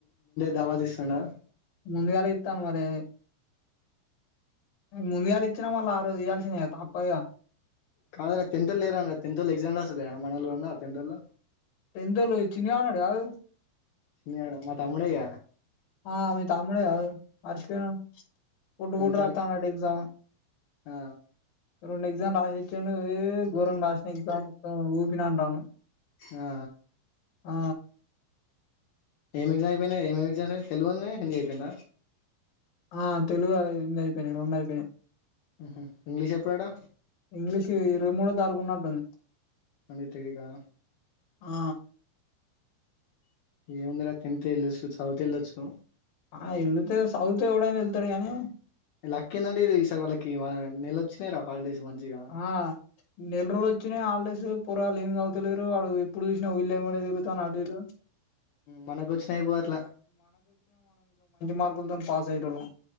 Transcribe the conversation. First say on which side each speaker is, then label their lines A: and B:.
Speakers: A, on the left; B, on the left.
A: దవత్ ఇస్థండా
B: ముందుగాలె ఇత్తడు మరే ముందుగాయాల ఇచ్చినా మళ్ళీ ఆ రోజు ఇయాల్సిందే గ తప్పద్గా
A: కాదురా తెంత్ ఒళ్ళు లేరరా అ టెంత్ ఒళ్ళు ఎగ్జామ్ రాస్తలేద మనోళ్లు ఉన్నారా సెంటర్లో
B: టెన్త్ ఒళ్లు చిన్ని గాడు ఉన్నాడు గాదు
A: చిన్ని గాడు మా తమ్ముడే గ
B: ఆ మీ తమ్ముడే గా మర్చిపోయినావ్ పుట్
A: ట్వంటీ
B: పుట్
A: థర్డ్
B: రాతాండట
A: కి
B: ఎగ్జామ్
A: ఆ
B: రెండు ఎగ్జామ్ రాసొచ్చిండు ఏ గోరం రాసిన ఎగ్జామ్ మొత్తం ఊపిన అంటాండు
A: ఆ
B: ఆ
A: ఏమి ఎగ్జామ్ అయ్యిపోయింది ఎం ఎం జాం తెలుగు ఉన్ను హిందీ అయ్యిపోయిందా
B: ఆ తెలుగు అది హిందీ అయిపోయినాయి రెండు అయిపోయినాయి
A: ఉహు ఇంగ్లీష్ ఎప్పుడట
B: ఇంగ్లీష్ ఇరవై మూడ్ <unintelligible> తారీకు ఉన్నటుంది
A: అని తైగా
B: ఆ
A: ఏముందిరా టెన్త్ వెళ్ళొచ్చు చదువుతే వెళ్ళొచ్చు
B: ఆ ఎళ్ళితే సౌత్ ఎవడైన్ వెల్ తడు గాని
A: లక్ ఏందంటే ఈ సార్ వాళ్ళకి వాళ్ళ నెల వచ్చినయి రా హాలిడేస్ మంచిగా
B: ఆ నెల్ల రోజులు వచ్చినయి హల్ డేస్ పోరాళ్ళు ఏం అవుతలేరు వాడు ఎప్పుడు చూసినా ఊళ్లేమ్మటి తిరుగుతాండూ అటుఇటు
A: మనకు వచ్చినాయిపోవు అట్లా
B: మార్క్లతోని పాస్ అయ్యేటోల్లం